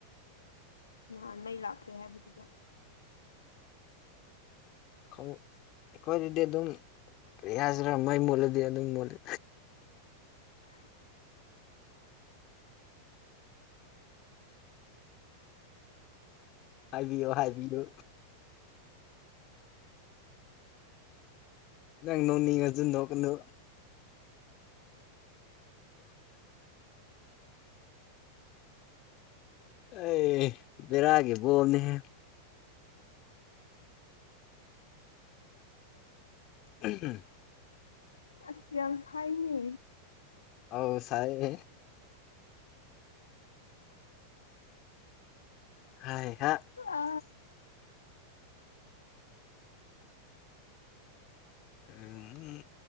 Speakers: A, on the left; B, on the left.
A: ꯑ ꯅ ꯂꯥꯛꯇ ꯍꯥꯏꯕꯨꯗꯨꯗ
B: ꯎꯝ ꯑꯩꯈꯣꯏꯗꯗꯤ ꯑꯗꯨꯝ ꯀꯔꯤ ꯍꯥꯏꯁꯤꯔ ꯃꯩ ꯃꯣꯠꯂꯗꯤ ꯑꯗꯨꯝ ꯃꯣꯠꯂ
A: <inaudible>
B: ꯍꯥꯏꯕꯤꯌꯣ ꯍꯥꯏꯕꯤꯌꯣ ꯌꯥꯅꯣ ꯅꯤꯡ ꯑꯗꯨ ꯅꯣꯀꯅ ꯑꯩ ꯕꯦꯔꯥꯒꯤꯕꯣꯅꯦꯍ ꯝ
A: ꯑꯁ ꯌꯥꯝ ꯁꯥꯏꯅꯦ
B: ꯍꯥꯎ ꯁꯥꯏ ꯍꯥꯏ ꯍꯥ
A: ꯑ
B: ꯎꯝ